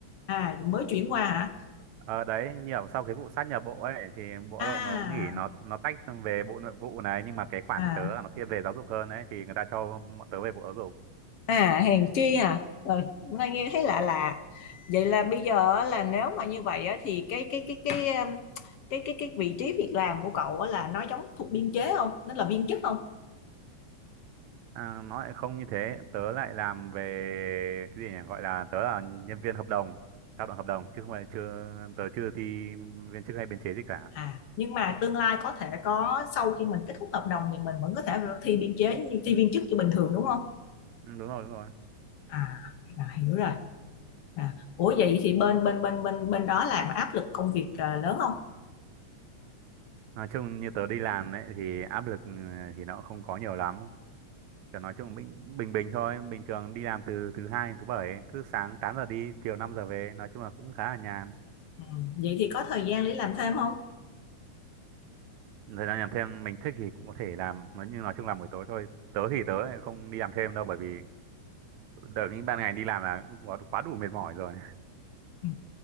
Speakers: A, on the left; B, on the right.
A: à mới chuyển qua hả
B: Ờ, đấy, nhiều sau cái vụ sát nhập bộ ấy thì Bộ
A: à
B: Lao động nó nghỉ nó nó tách sang về Bộ Nội vụ này nhưng mà cái khoản
A: à
B: tớ là nó thiên về giáo dục hơn đấy thì người ta cho bọn tớ về Bộ Giáo dục.
A: à hèn chi à Ờ, nghe nghe thấy lạ lạ vậy là bây giờ á, là nếu mà như vậy á, thì cái cái cái cái um, cái cái cái vị trí việc làm của cậu á, là nó giống thuộc biên chế không nó là viên chức không
B: À, nó lại không như thế, tớ lại làm về cái gì nhỉ? Gọi là tớ là nhân viên hợp đồng, lao động hợp đồng chứ không phải chưa tớ chưa thi viên chức hay biên chế gì cả.
A: À, nhưng mà tương lai có thể có sau khi mình kết thúc hợp đồng thì mình vẫn có thể thi biên chế như thi viên chức như bình thường đúng không?
B: Ừ, đúng rồi, đúng rồi.
A: À, à hiểu rồi. À, ủa vậy thì bên bên bên bên bên đó làm áp lực công việc à, lớn không?
B: Nói chung như tớ đi làm ấy thì áp lực ừ, thì nó không có nhiều lắm kiểu nói chung bình bình bình thôi bình thường đi làm từ thứ hai đến thứ bảy ấy. cứ sáng 8 giờ đi chiều 5 giờ về nói chung là cũng khá là nhàn
A: Ừ, vậy thì có thời gian để làm thêm không?
B: thời gian làm thêm mình thích thì cũng có thể làm nói nhưng nói chung là buổi tối thôi tớ thì tớ lại không đi làm thêm đâu bởi vì đợt những ban ngày đi làm là cũng quá quá đủ mệt mỏi rồi
A: Ừ.